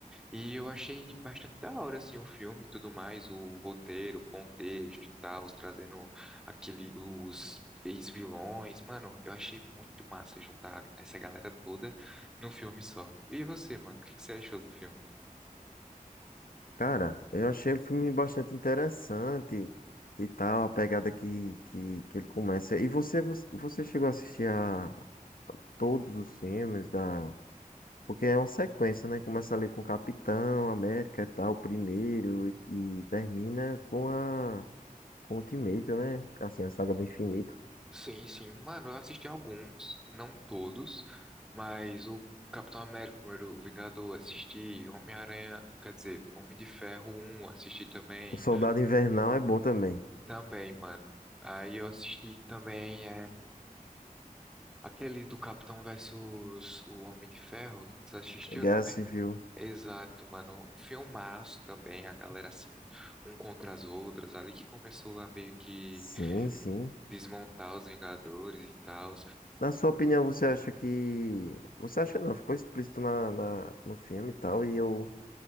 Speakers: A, in the centre; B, on the left.
A: e eu achei bastante da hora, assim, o filme e tudo mais, o roteiro, o contexto e tal, os trazendo aquele, os ex-vilões. Mano, eu achei muito massa juntar essa galera toda num filme só. E você, mano, o que que você achou do filme?
B: Cara, eu achei o filme bastante interessante e tal, a pegada que, que, que ele começa. E você, você você chegou a assistir a todos os filmes da. Porque é uma sequência, né? Começa ali com o Capitão América e tal, o primeiro, e, e termina com a com o Ultimate, né? Assim, a saga do infinito.
A: Sim, sim, mano, eu assisti alguns, não todos, mas o Capitão América, o primeiro Vingador, assisti, Homem-Aranha, quer dizer, Homem de Ferro um assisti também,
B: O Soldado Invernal é bom também.
A: também, mano. Aí eu assisti também Aquele do Capitão versus o Homem de Ferro, tu assistiu
B: É Guerra
A: também?
B: Civil.
A: Exato, mano. Filmaço também, a galera assim, um contra as outras, ali que começou a meio que
B: Sim, sim.
A: desmontar os Vingadores e tal.
B: Na sua opinião, você acha que. Você acha não, ficou explícito na, na- no filme e tal, e eu.